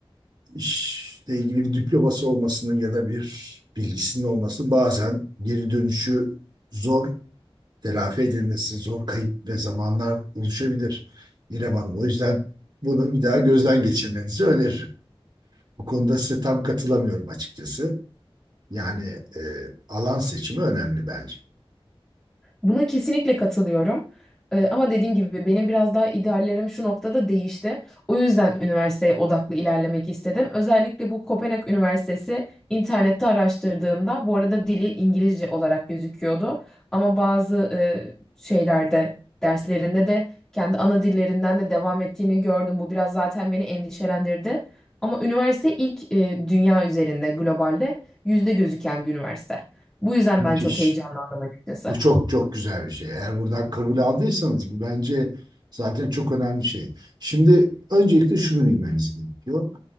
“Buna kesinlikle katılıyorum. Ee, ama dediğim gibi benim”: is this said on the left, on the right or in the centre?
Centre